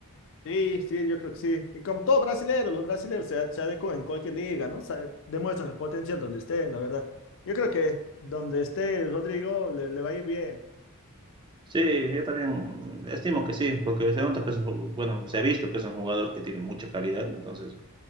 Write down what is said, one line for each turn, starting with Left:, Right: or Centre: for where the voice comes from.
Left: sí, sí, yo creo que sí. Y como todo brasileño, los brasileños se, se adecuan en cualquier liga, ¿no? Se- demuestran el potencial donde estén, la verdad. Yo creo que donde esté Rodrigo le, le va a ir bien.
Right: Sí, yo también estimo que sí, porque se nota que es un, ju- bueno, se ha visto que es un jugador que tiene mucha calidad, entonces